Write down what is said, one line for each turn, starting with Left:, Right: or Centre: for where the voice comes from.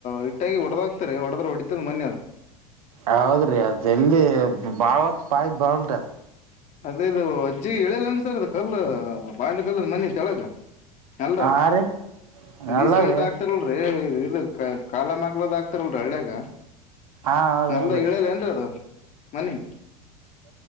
Left: ಹಟ್ಟಾಗಿ ಹೊಡದಾಗಕ್ತರಿ ಹೊಡದ್ರ ಹೊಡಿತದ ಮೊನ್ ಅದ
Right: ಹೌದ್ರಿ ಅದೆ ಎಲ್ಲಿ ಬಾವರ್ ಬಾಯಿ ಬಲ್ರಿ
Left: ಅದೇ ಇದು ಅಜ್ಜಿಗೆ ಇಳಿಯಲಿ ಅನ್ಸರ್ ಅದು ಕಲ್ಲು ಬಾಂಡ ಕಲ್ಲ ಮನಿ ತೆಳಗ ಅಲ್ಾಗ
Right: ಹಾ ರೀ
Left: ಬೀಸ್
Right: ಅಲ್ಲಾಗ್ರಿ
Left: ಮಿಂಟ್ ಆಗ್ತಾರಲ್ರೀ ಇ ಕಾಲ ಮಕ್ಳದ ಆಾಕ್ತಾರಲ್ರಿ ಹಳ್ಳ್ಯಾಗ
Right: ಹಾ
Left: ಎಲ್ದ
Right: ಹೌದೌದು
Left: ಇಳಿಯಲಿ ಏನ್ರರಿ ಅದು ಮನೆಿ